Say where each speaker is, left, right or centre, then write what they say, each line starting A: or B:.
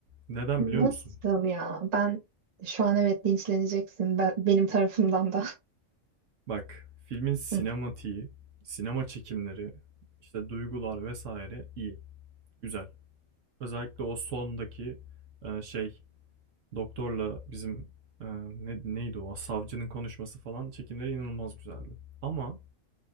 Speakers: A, on the right; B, on the right.
A: neden
B: Nasıl
A: biliyor musun?
B: ya? Ben şu an evet linçleneceksin. Ben, benim tarafımdan da. <laughs>
A: Bak, filmin sinematiği,
B: Hı.
A: sinema çekimleri, işte duygular vesaire iyi, güzel. Özellikle o sondaki e, şey, doktorla bizim e, ne, neydi o, savcının konuşması falan çekimleri inanılmaz güzeldi. Ama